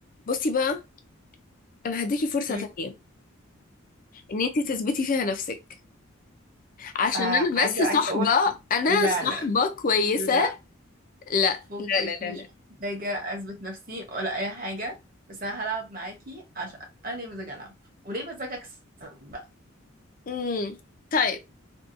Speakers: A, on the left; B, on the right.
A: بصي بقى انا هديكي فرصة
B: مم.
A: تانية ان انتي تثبتي فيها نفسك عشان
B: آه،
A: انا
B: عايزة
A: بس صاحبة
B: عايزة أقول
A: انا
B: لا
A: صاحبة
B: لا
A: كويسة
B: لا
A: لا
B: فكك
A: لا لا لا
B: مش
A: لا
B: محتاجة أثبت نفسي ولا أي حاجة بس أنا هلعب معاكي عشان أنا ليه مزاج ألعب وليه مزاج أكسب بقى
A: امم طيب